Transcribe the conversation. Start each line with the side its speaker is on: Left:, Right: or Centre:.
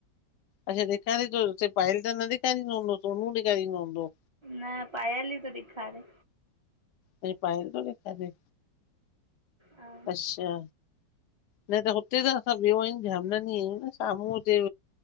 Left: अच्छा, ॾिखारे तो, हुते पायल त न डिखारिंदो हुंदो। सोनू डिखारिंदो हुंदो।
Right: न, पायल ई तो ॾिखारे।
Left: <unintelligible> पायल तो ॾिखारे,
Right: हा
Left: अच्छा। न त हुते त असां ॿियो आहियूं झामनानी। आहियूं। न साम्हूं हुते-